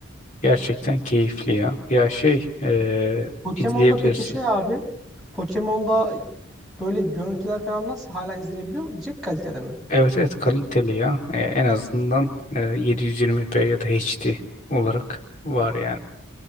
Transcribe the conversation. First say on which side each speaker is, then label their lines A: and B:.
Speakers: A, on the left (about 35°); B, in the centre.
A: Gerçekten keyifli ya. Ya şey eee,
B: Pokemon'da
A: izleyebilirsin.
B: peki şey abi Pokemon'da böyle görüntüler falan nasıl hala izlenebiliyor? Yiyecek kalitede mi?
A: Evet evet kaliteli ya. E, en azından e, 720p ya da HD olarak var yani.